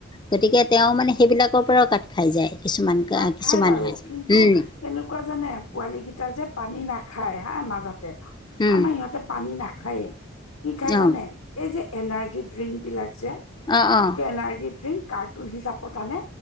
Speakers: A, on the left; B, on the left.
A: গতিকে তেওঁ মানে সেইবিলাকৰ পৰাও কাত খাই যায়। কিছুমান
B: কাট
A: কিছুমান
B: খাই বাৰু কিন্তু
A: উম
B: কেনেকুৱা জানে, পোৱালী কেইটা যে পানী নাখায় হা মাজতে
A: উম
B: আমাৰ সিহঁতে পানী নাখায়েই কি খাই
A: অ
B: জানে? এই যে এনাৰ্জি ড্ৰিংক বিলাক যে
A: অ' অ
B: এনাৰ্জি ড্ৰিংক, কাৰ্টুন, হিচাপত আনে